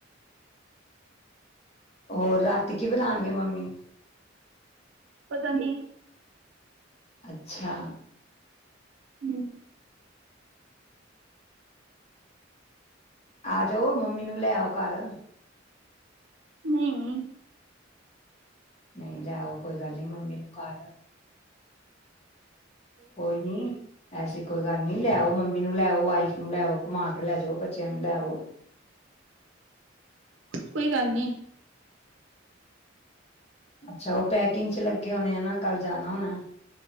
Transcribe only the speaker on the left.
ਹੋਰ ਰਾਤੀ ਕੀ ਬਣਾਉਣਗੇ ਮੰਮੀ।
ਅੱਛਾ।
ਆ ਜਾਓ ਮੰਮੀ ਨੂੰ ਲੈ ਆਉ ਘਰ।
ਨਹੀਂ ਲੈ ਆਓ ਕੋਈ ਗੱਲ ਨਹੀਂ ਮੰਮੀ ਨੂੰ ਘਰ। ਕੋਈ ਨੀ ਐਸੇ। ਕੋਈ ਗੱਲ ਨੀ ਲੈ ਆਓ ਮੰਮੀ ਨੂੰ ਲੈਓ ਵਾਈਫ ਨੂੰ ਲੈਓ ਕਮਾ ਕੇ ਲੈ ਜਾਓ ਬੱਚਿਆਂ ਨੂੰ ਲੈਓ।
ਅੱਛਾ ਉਹ ਪੈਕਿੰਗ ਚ ਲੱਗੇ ਹੋਣੇ ਆ ਨਾ ਕੱਲ ਜਾਣਾ ਹੋਣਾ।